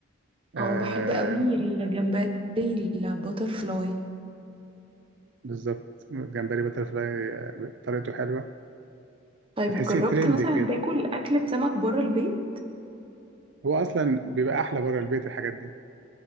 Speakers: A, on the right; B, on the right.
A: آه
B: اه بحب قوي الجمبري الباتر فلاي
A: بالظبط جمبري بترفلاي آه، طريقته حلوة
B: طيب
A: بتحسيه
B: جربت
A: ترند
B: مثلا
A: كده
B: تاكل اكلة سمك بره البيت
A: هو أصلا بيبقى أحلى بره البيت الحاجات دي